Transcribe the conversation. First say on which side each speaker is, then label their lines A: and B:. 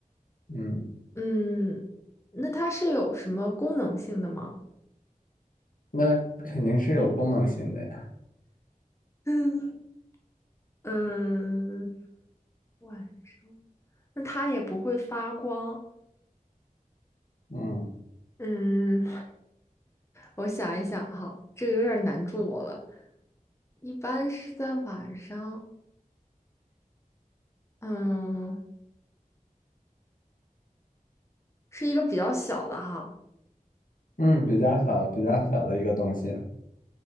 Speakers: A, on the left; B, on the left.
A: 嗯，
B: 嗯，那它是有什么功能性的吗？
A: 那肯定是有功能性的呀。
B: <laughs> 嗯，晚上，那它也不会发光。
A: 嗯
B: 嗯，我想一想哈，这个有点难住我了。一般是在晚上，嗯，是一个比较小的哈，
A: 嗯，比较小的，比较小的一个东西。